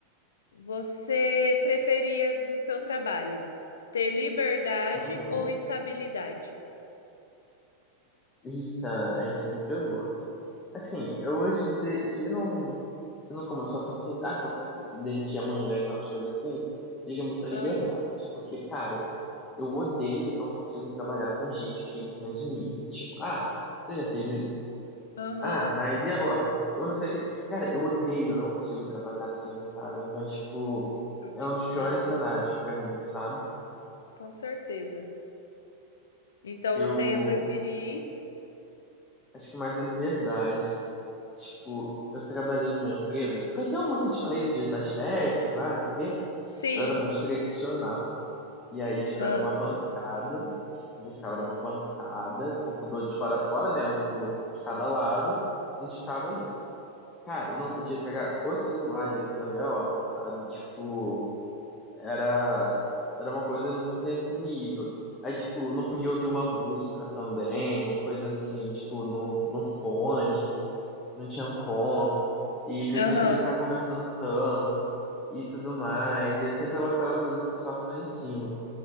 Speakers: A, on the left; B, on the left.
A: Você preferia no seu trabalho ter liberdade
B: Uhum.
A: ou estabilidade?
B: Eita, aí você me pegou. Assim, eu vou te dizer, se não, se não for uma situação assim, ah, você vai ficar se, se demitir amanhã e tal, as coisas assim, exige muita liberdade.
A: Ah,
B: Porque, cara, eu odeio e não consigo trabalhar com gente que fica em cima de mim. Do tipo, ah, você já fez isso?
A: aham,
B: Ah, mas e agora? Eu não sei o que. Cara, eu odeio, eu não consigo trabalhar assim, cara. Então, é, tipo,
A: eu te
B: é um dos
A: entendo,
B: piores cenários pra mim, sabe?
A: com certeza. Então
B: Eu
A: você ia preferir?
B: acho que mais a liberdade. Tipo, eu trabalhei numa empresa, foi até uma que eu te falei
A: Hum,
B: de, das festas lá, não sei o quê.
A: Sim,
B: Ela era muito tradicional. E aí, tipo,
A: ah,
B: era uma bancada, onde eu ficava, era uma bancada, computador de fora a fora, né? Um do, de cada lado. a gente ficava ali. Cara, não podia pegar o celular, às vezes, pra ver a hora, sabe? Tipo, era era uma coisa muito nesse nível. Aí, tipo, não podia ouvir uma música também, ou coisa assim, tipo, no, no fone, não tinha como. E às vezes
A: aham,
B: nem podia ficar conversando tanto e tudo mais. E é sempre aquela coisa de pessoal ficar em cima.